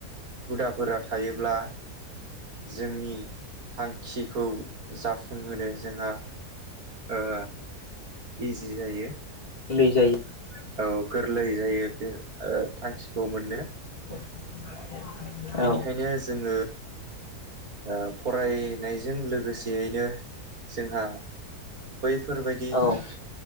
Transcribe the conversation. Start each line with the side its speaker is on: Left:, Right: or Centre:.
Right: हुदाफोरा थायोब्ला जोंनि थांखिखौ जाफुंहोनो जोंहा ओ इजि जायो ।
Left: गोरलै जायो ।
Right: औ गोरलै जायो बे ओ थांखिखौ मोननो ।
Left: <inaudible> औ
Right: बेनिखायनो जोङो ओ फरायनायजों लोगोसेयैनो जोंहा बैफोरबायदि
Left: औ